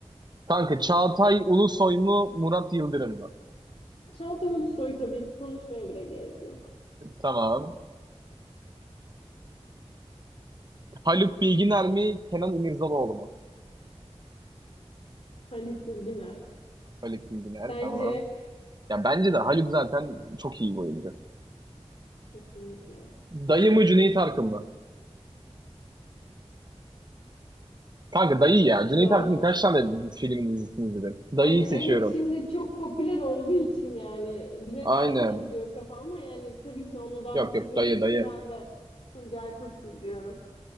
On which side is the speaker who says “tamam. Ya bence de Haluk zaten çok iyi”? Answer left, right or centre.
Right